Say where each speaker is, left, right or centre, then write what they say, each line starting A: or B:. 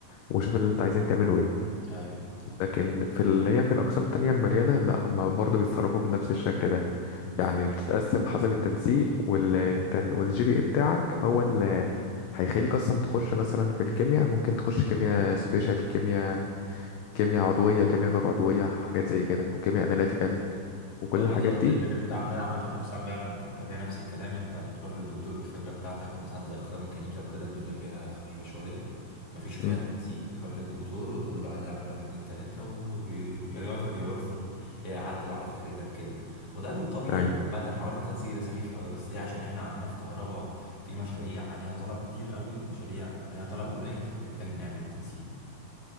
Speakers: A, on the left (about 75°); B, on the left (about 35°).
A: وشوف اللي انت عايزين تعمله ايه
B: ايوه
A: لكن في اللي هي في الأقسام التانية المليانة لا هم برضه بيتصرفوا بنفس الشكل ده
B: بالظبط
A: يعني بتتقسم حسب التنسيق والتن... والجي بي اي بتاعك هو اللي هيخليك أصلا تخش مثلا في الكيمياء ممكن تخش كيمياء سبيشال كيمياء كيمياء عضوية كيمياء غير عضوية حاجات زي كده وكيمياء أناليتيكال وكل
B: اه بالظبط
A: الحاجات دي
B: هي الفكره كده عندنا عامه اقسام فعلا في- بيبقى فيها نفس الكلام انت بتروح للدكتور بالفكره بتاعتك مثلا زي اقسام ميكانيكا وكده الدنيا فيها خفيفه شويه مفيش فيها
A: امم
B: تنسيق بتروح للدكتور وتقول له عايز اعمل واحد اتنين تلاته ويوافق يا يرفض يا يعدل على فكرتك كده وده الطبيعي
A: أيوة
B: عامه حوار التنسيق ده سخيف قوي بس هي عشان احنا عندنا في كهرباء في مشاريع عليها طلب كتير قوي ومشاريع عليها طلب قليل فبيحتاج نعمل التنسيق ده